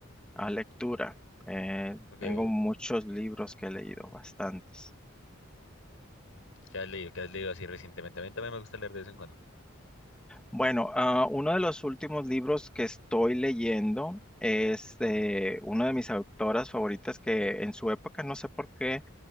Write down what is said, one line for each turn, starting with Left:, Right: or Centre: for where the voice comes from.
Centre: la lectura. Eh,
Left: Okay.
Centre: tengo muchos libros que he leído, bastantes.
Left: ¿Qué has leído? ¿Qué has leído así recientemente? A mí también me gusta leer de vez en cuando.
Centre: Bueno, ah, uno de los últimos libros que estoy leyendo es de una de mis autoras favoritas que en su época, no sé por qué,